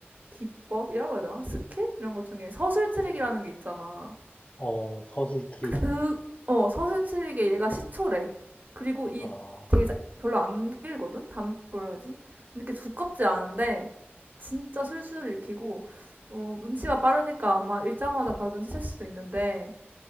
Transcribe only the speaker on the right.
기법이라고 해야 되나? 스킬? 이런 것 중에 서술 트릭이라는 게 있잖아.
그, 어, 서술 트릭에 얘가 시초래. 그리고 이
되게 자- 별로 안 길거든? 단, 뭐라 그러지? 이렇게 두껍지 않은데 진짜 술술 읽히고 어, 눈치가 빠르니까 아마 읽자마자 바로 눈치챌 수도 있는데